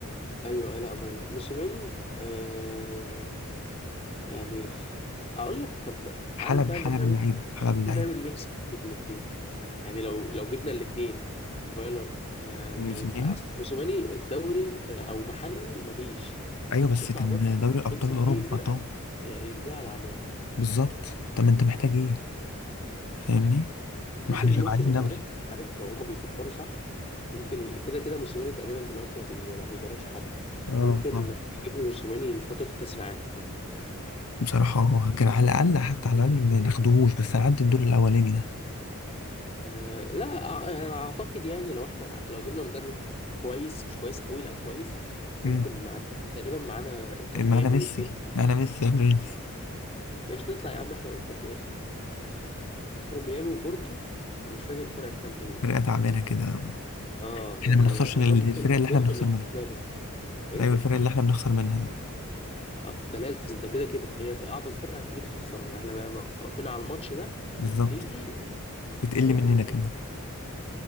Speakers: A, on the left; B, on the left.
A: ايوه أيوة، لا فايلر موسيماني آه يعني <laughs> اقول لك طب
B: حلب
A: عارف بقى
B: حلب
A: ان احنا
B: اللعيبه حلب
A: ممكن
B: اللعيبه
A: نعمل ميكس بين الاثنين يعني لو لو جبنا الاثنين فايلر آه
B: وموسيماني
A: يبقى اصل موسيماني دوري آه، او محلي مفيش
B: ايوه بس
A: يطلع
B: كان
A: بره
B: دوري ابطال
A: يمسك
B: اوروبا
A: اي فرقه
B: طب
A: آه، يديها على عينيها
B: بالظبط طب ما انت محتاج ايه؟ فاهمني؟ ما
A: ممكن
B: احنا شبعانين
A: ممكن عارف
B: دوري
A: عارف لو هما بيفكروا صح ممكن ي- كده كده موسيماني تقريبا دلوقتي ما بي ما بيدربش حد
B: اه
A: ممكن
B: اه
A: يجيبوا موسيماني لفترة كأس العالم
B: بصراحه هو كان على الاقل حتى على الاقل ما ناخدوهوش بس نعدي الدور الاولاني ده
A: أه لا أع- انا اعتقد يعني لو احنا لو جبنا مدرب كويس مش كويس قوي لا كويس
B: مم.
A: ممكن نعدي احنا تقريبا معانا انتر
B: معانا
A: ميامي
B: ميسي
A: بورتو
B: معانا ميسي يا برنس
A: ماشي نطلع يا عم احنا وانتر ميامي <laughs> انتر ميامي وبورتو ومش فاكر الفرقة التالتة مين
B: فرقة تعبانة كده
A: اه يعني
B: احنا ما نخسرش
A: هي
B: من
A: ممكن
B: الفرق اللي
A: بورتو
B: احنا بنخسر
A: اللي
B: منها
A: تنافس يعني ايه
B: ايوه الفرق اللي احنا بنخسر منها دي
A: آه، ده لازم ده كده كده هي في اعبط فرقه هتيجي تخسرنا احنا بقى بقى واقفين على الماتش ده
B: بالظبط
A: نيجي آه،
B: بتقل
A: هنعمل
B: مننا
A: ايه طيب
B: كمان